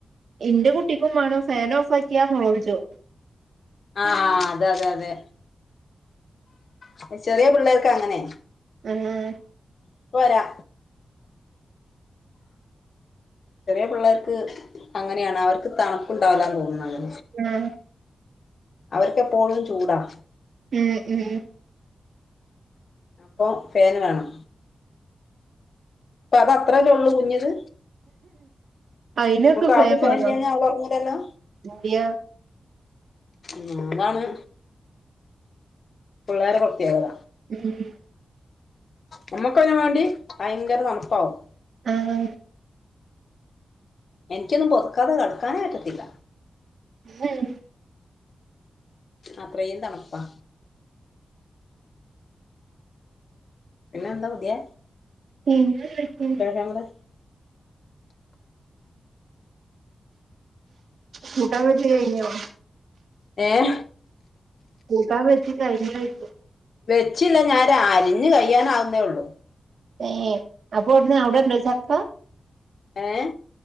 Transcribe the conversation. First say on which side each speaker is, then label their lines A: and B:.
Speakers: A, on the right; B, on the left.
A: ഇന്റെ കുട്ടിക്കുംമാണം ഫേനോ ഫാക്കിയാന്നൊളോൾച്ചും.
B: ആഹ് ആ അതെ അതെ അതെ ചെറ്യാ പിള്ളേർക്ക് അങ്ങനെ.
A: ആഹ്.
B: ഇപ്പരാ. ചെറ്യാ പിള്ളേർക്ക് അങ്ങനെയാണ് അവർക്ക് തണ്പ്പ്ണ്ടാവൂലതോന്ന്ന്നത്.
A: ആഹ്‌.
B: അവർക്കെപ്പോഴും ചൂടാ.
A: മ്മ് മ്മ്.
B: പ്പോം ഫേന് വേണം. അപ്പൊ അത് അത്രല്ലേ ഒള്ളൂ കുഞ്ഞിത്.
A: അയ്നൊക്കെ
B: ആൾക്ക്
A: ഫേൻ
B: ഫാൻ
A: വെണോ
B: ഇല്ലെങ്കിൽ അവൾ ഉറങ്ങൂലല്ലോ
A: അയ.
B: മ് ഇന്നാണ്. പിള്ളേരെ പ്രേത്യേകത.
A: <inaudible>
B: നമ്മക്കയ്നും വേണ്ടി ഭയങ്കര തണ്പ്പാവും.
A: ആഹ്.
B: എനിക്ക്യൊന്നും പൊത്ക്കാതെ കെട്ക്കാനേ പറ്റത്തില്ല.
A: മ്മ്.
B: അത്രേം തണുപ്പാ. പിന്നെന്താ പുത്യേ
A: <unintelligible>
B: <unintelligible>
A: കൂട്ടാൻ വെച്ച് കയ്ഞ്ഞോ?
B: ഏഹ്.
A: കൂട്ടാൻ വെച്ച് കയ്ഞ്ഞോയ്ച്ച.
B: വെച്ചില്ല ഞാൻ രാ അരിഞ് കയ്യാനാവുന്നേ ഒള്ളൂ.
A: ഏഹ് അപ്പോവ്ട്ന്നേ അവിടെണ്ടോ ചക്ക?
B: ഏഹ്.